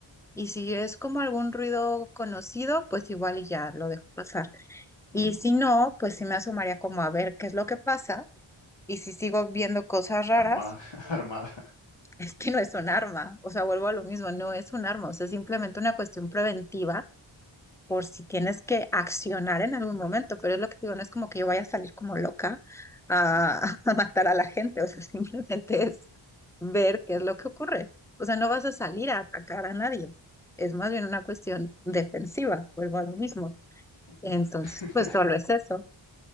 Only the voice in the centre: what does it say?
y si es como algún ruido conocido, pues igual y ya lo dejo pasar. Y
si no, pues sí me asomaría como a ver qué es lo que pasa Y si sigo viendo cosas raras,
<laughs> es que no es un arma. O sea, vuelvo a lo mismo, no es un arma. O sea, es simplemente una cuestión preventiva por si tienes que accionar en algún momento. Pero es lo que digo, no es como que yo vaya a salir como loca a,
<laughs> a matar a la gente. O sea, <laughs> simplemente es ver qué es lo que ocurre. O sea, no vas a salir a atacar a nadie. Es más bien una cuestión defensiva, vuelvo a lo mismo.
Entonces,
pues solo es eso.